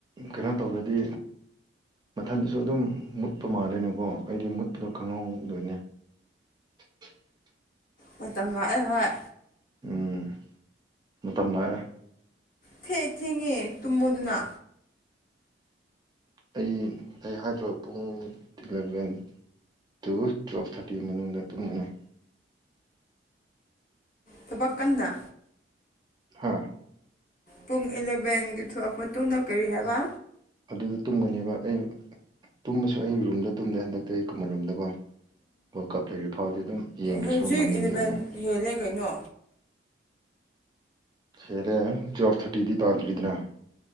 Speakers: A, on the right; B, on the left.
A: ꯀꯩꯅꯣ ꯇꯧꯔꯗꯤ ꯃꯊꯟꯗꯁꯨ ꯑꯗꯨꯝ ꯃꯨꯠꯄ ꯃꯥꯜꯂꯦꯅꯀꯣ ꯑꯩꯗꯤ ꯃꯨꯠꯄꯗꯣ ꯈꯪꯍꯧꯗꯣꯏꯅꯦ <inaudible> <unintelligible>
B: ꯃꯇꯝ ꯂꯥꯛꯑꯦ ꯍꯣꯏ
A: ꯎꯝ ꯃꯇꯝ ꯂꯥꯛꯑꯦ
B: ꯊꯦꯡ ꯊꯦꯡꯉꯦ ꯇꯨꯝꯃꯨꯗꯨꯅ
A: ꯑꯩ ꯑꯩ ꯍꯥꯏꯗ꯭ꯔꯔꯤꯕ ꯄꯨꯡ ꯏꯂꯚꯦꯟ ꯇꯨ ꯇꯨꯌꯦꯜꯐ ꯊꯥꯔꯇꯤ ꯃꯅꯨꯡꯗ ꯇꯨꯡꯃꯅꯤ
B: ꯊꯕꯛ ꯀꯟꯅ
A: ꯍꯥꯥ
B: ꯄꯨꯡ ꯑꯦꯂꯚꯦꯟꯒꯤ ꯊꯣꯛꯂꯛ ꯃꯇꯨꯡꯗ ꯀꯔꯤ ꯍꯥꯏꯕ
A: ꯑꯗꯨꯗ ꯇꯨꯝꯒꯅꯦꯕ ꯑꯩ ꯇꯨꯝꯕꯁꯨ ꯑꯩ ꯔꯨꯝꯗ ꯇꯨꯝꯗꯦ ꯍꯟꯗꯛꯇ ꯑꯩ ꯑꯃꯣꯝꯗꯀꯣ ꯋꯥꯔꯜ ꯀꯞ ꯂꯩꯔꯤ ꯐꯥꯎꯕꯗꯤ ꯑꯗꯨꯝ ꯌꯦꯡꯗ꯭ꯔꯁꯨ
B: ꯍꯧꯖꯤꯛ
A: ꯃꯃꯤꯡꯒꯤ
B: ꯏꯂꯚꯦꯟ
A: ꯑꯣꯏꯅ ꯎꯝ
B: ꯍꯦꯜꯂꯦ ꯀꯩꯅꯣ
A: ꯍꯦꯂꯦ ꯋꯥꯐ ꯊꯔꯇꯤꯗꯤ ꯇꯥꯗꯔꯤꯗꯅ